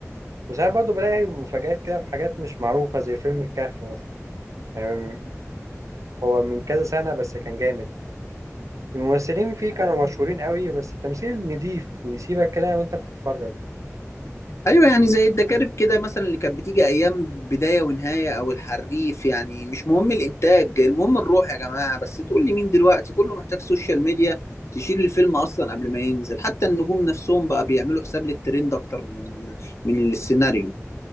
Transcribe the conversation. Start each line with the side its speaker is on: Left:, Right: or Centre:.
Right: وساعات برضه بلاقي مفاجآت كده في حاجات مش معروفة زي فيلم الكهف مثلا يعني هو من كذا سنة بس كان جامد الممثلين فيه كانوا آه. مشهورين قوي بس التمثيل نضيف ويسيبك كده وانت بتتفرج
Left: أيوة يعني زي الدكاترة كده مثلا اللي كانت بتيجي أيام بداية ونهاية أو الحريف يعني مش مهم الإنتاج المهم الروح يا جماعة بس تقول لي مين دلوقتي كله محتاج سوشيال ميديا تشيل الفيلم أصلا قبل ما ينزل حتى النجوم نفسهم بقى بيعملوا حساب للترند أكتر من من السيناريو